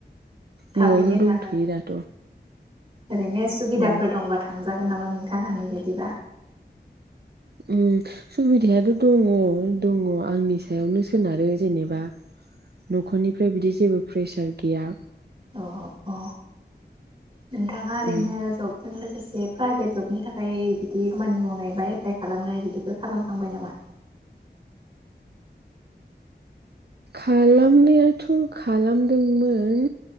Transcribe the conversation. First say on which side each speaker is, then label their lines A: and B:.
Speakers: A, on the right; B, on the right.
A: थाबैनो
B: न'आवनो दंथ'यो
A: ला
B: दाथ'
A: ओरैनो सुबिदाफोर
B: उम
A: दंबा थांजागोन नामा नों थां आंनि बायदिबा
B: उम सुबिदायाथ' दङ दङ आंनि सायावनो सोनारो जेनेबा नख'निफ्राय बिदि जेबो प्रेसार गैया
A: अ अ नोंथाङा ओरैनो
B: उम
A: जबजों लो माखासे प्राइभेट जबनि थाखाय बिदि खामानि मावनाय बा एप्लाइ खालामनाय बिदिफोर खालामखांबाय नामा।
B: खालामनायाथ' खालामदोंमोन